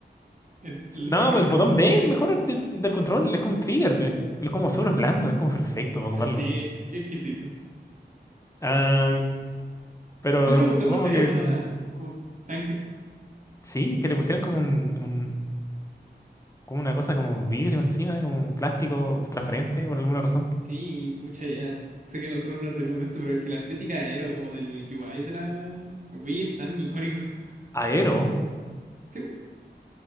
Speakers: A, on the right (about 45°); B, on the left (about 15°).
A: El, el
B: No,
A: Nunchuck,
B: el botón B, el mejor del, del control, es como un trigger, es, es como
A: Sí.
B: súper blando, es como perfecto para
A: <laughs>
B: ocuparlo.
A: Sí, qué exquisito.
B: Ah, pero
A: Se preguntó
B: supongo
A: cómo se veía
B: que
A: el botón A. Como tanque.
B: sí, que le pusieron como un, un- como una cosa como vidrio encima, como un plástico transparente por alguna razón.
A: Sí, y pucha, ya sé que nosotros nos reímos de esto, pero es que la estética de Aero, como del UI de la Wii, es tan icónico. <laughs>
B: Aero,
A: Sí, po.